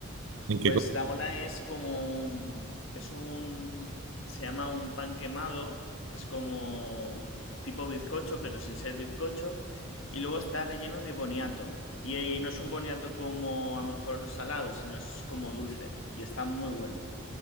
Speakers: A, on the right; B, on the left.
A: ¿En qué
B: Pues
A: co-
B: la mona es como, un- es un, se llama un pan quemado, que es como tipo bizcocho, pero sin ser bizcocho, y luego está relleno de boniato. Y, ahí no es un boniato como a lo mejor salado, sino es como dulce, y está muy bueno.